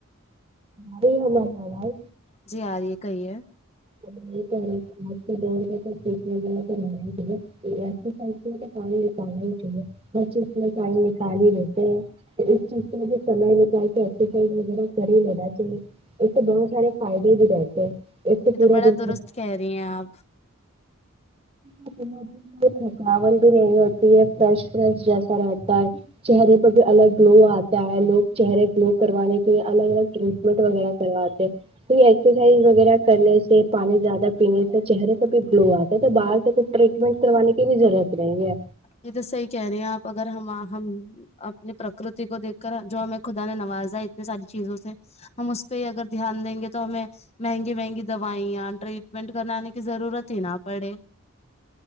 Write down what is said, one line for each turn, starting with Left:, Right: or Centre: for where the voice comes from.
Right: باری ہو ہمار بائی
Left: جی آ رہی ہے کہیے
Right: یہی کہہ رہے تھے آج کے دور میں تو وغہ تور تو پ <unintelligible> ہر چیز میں ٹائم نکال ہی لیتے ہیں اس چیز سے سم نکال کے ایکسرسائز وغہ کر ہی لینا چاہیے اس سے بہت سارے فائدے بھی رہتے ہیں اس سے
Left: یہ
Right: پورا
Left: تو بڑا
Right: دن
Left: درست کہہ رہی ہیں آپ
Right: تھکل بھی رہی یہ فرش ف جیسا رہتا ہے چہرے پر بھی الگ گلو آتا ہے لوگ چہرے گلو کروانے کے لیے الگ الگ ٹریٹمنٹ وغیرہ کرواتے تو یہ ایکسرسائز وغیرہ کرنے سے پانی زیادہ پینے سے چہرے پر بھی گلو آتا ہے تو باہر سے کچھ ٹریٹمنٹ کروانے کی بھی ضرورت نہیں ہے
Left: یہ تو صحیح کہہ رہے ہیں آپ اگر ہم ہم اپنی پرکرتی کو دیکھ کر جو ہمیں خدا نے نوازا اتنی ساری چیزوں سے ہم اس پہ اگر دھیان دیں گے تو ہمیں مہنگی مہنگی دوائیاں ٹریٹمنٹ کرنانے کی ضرورت ہی نہ پڑے